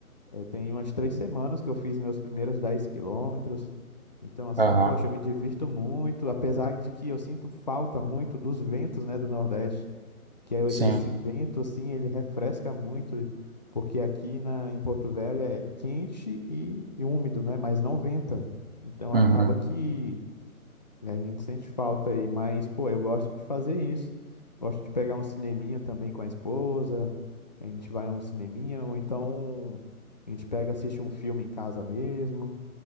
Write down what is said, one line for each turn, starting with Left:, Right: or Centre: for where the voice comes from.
Left: é, tem umas três semanas que eu fiz meus primeiros 10 quilômetros. Então, assim,
Right: aham,
Left: poxa, eu me divirto muito, apesar de que eu sinto falta muito dos ventos, né, do Nordeste, que é
Right: sim,
Left: esse vento, assim, ele refresca muito, porque aqui na, em Porto Velho é quente e, e úmido, né, mas não venta. Então,
Right: uhum.
Left: acaba que e a gente sente falta aí, mas, pô, eu gosto de fazer isso. Gosto de pegar um cineminha também com a esposa. A gente vai a um cineminha, ou então a gente pega, assiste um filme em casa mesmo.